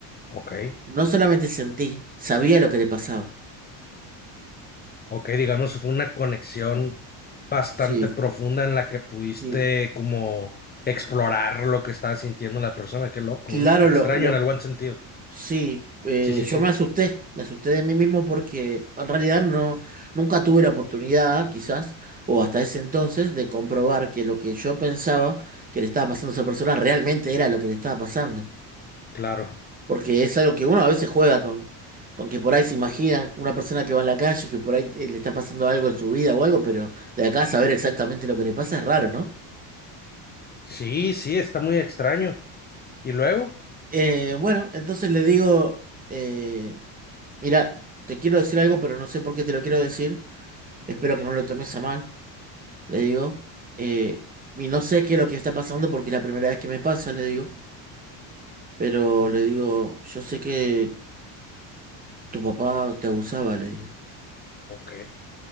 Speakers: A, on the left; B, on the right.
A: Ok,
B: No solamente sentí, sabía lo que le pasaba.
A: ok, digamos fue una conexión bastante
B: Sí,
A: profunda en la que pudiste
B: sí.
A: como explorar lo que estaba sintiendo la persona. Qué loco,
B: Claro,
A: güey, qué extraño
B: lo, lo,
A: en el buen sentido.
B: Sí, eh,
A: Sí, sí,
B: yo
A: sí,
B: me asusté, me asusté de mí mismo porque en realidad no, nunca tuve la oportunidad, quizás, o hasta ese entonces, de comprobar que lo que yo pensaba que le estaba pasando a esa persona realmente era lo que le estaba pasando.
A: claro.
B: Porque es algo que uno a veces juega con, con que por ahí se imagina una persona que va en la calle, que por ahí eh, le está pasando algo en su vida o algo, pero de acá a saber exactamente lo que le pasa es raro, ¿no?
A: Sí, sí, está muy extraño. ¿Y luego?
B: Eh, bueno, entonces le digo, eh, mira, te quiero decir algo, pero no sé por qué te lo quiero decir. Espero que no lo tomes a mal, le digo. Eh, y no sé qué es lo que está pasando porque es la primera vez que me pasa, le digo. Pero le digo, yo sé que tu papá te abusaba, le digo.
A: Ok,